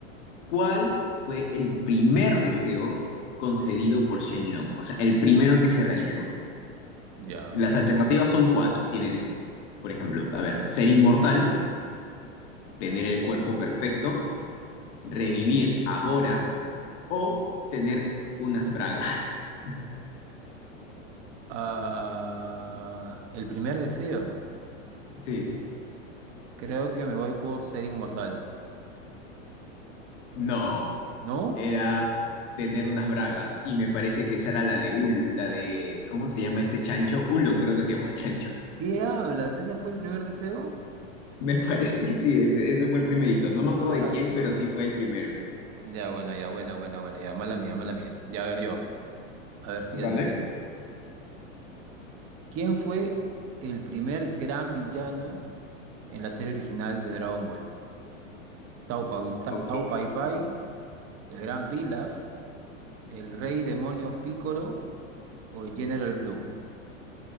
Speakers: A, on the left; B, on the right.
A: ¿cuál fue el primer deseo concedido por Shenlong? O sea, el primero que se realizó.
B: ya.
A: Las alternativas son cuatro. Tienes, por ejemplo, a ver, ser inmortal tener el cuerpo perfecto, revivir a Bora o tener unas bragas. <laughs>
B: Ah, el primer deseo.
A: Sí,
B: Creo que me voy por ser inmortal.
A: no,
B: ¿No?
A: era tener unas bragas y me parece que esa era la de Ul, la de, ¿cómo se llama este chancho? Ulon creo que se llama el chancho.
B: ¿Qué hablas? ¿Ese fue el primer deseo?
A: Me parece, <laughs> sí, ese, ese fue el primerito. No me
B: Ah,
A: acuerdo de quién,
B: su.
A: pero sí fue el primero.
B: Ya, bueno, ya, bueno bueno bueno Ya, mala mía, mala mía. Ya, a ver yo. A ver si
A: Vale.
B: adivinas. ¿Quién fue el primer gran villano en la serie original de Dragon Ball? Tao Pau, Tao,
A: Ok.
B: Tao Pai Pai, el Gran Pilaf, el Rey Demonio Picoro o General Blue.